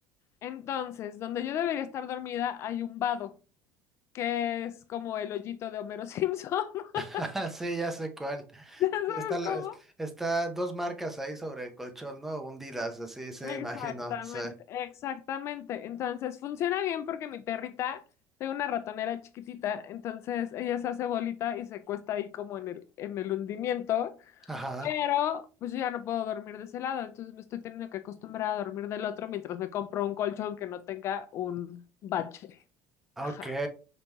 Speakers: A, on the left; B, in the centre.
A: Entonces, donde yo debería estar dormida hay un vado, que es como el hoyito de Homero Simpson. <laughs>
B: Ah, sí, ya sé cuál.
A: ¿Ya sabes
B: Está, la-
A: cómo?
B: está dos marcas ahí sobre el colchón, ¿no? Hundidas, así, se
A: Exactamente,
B: imagino, sí.
A: exactamente. Entonces funciona bien porque mi perrita, tengo una ratonera chiquitita, entonces ella se hace bolita y se cuesta ahí como en el, en el hundimiento,
B: Ajá,
A: pero pues yo ya no puedo dormir de ese lado, entonces me estoy teniendo que acostumbrar a dormir del otro mientras me compro un colchón que no tenga un bache.
B: ok,
A: Ajá.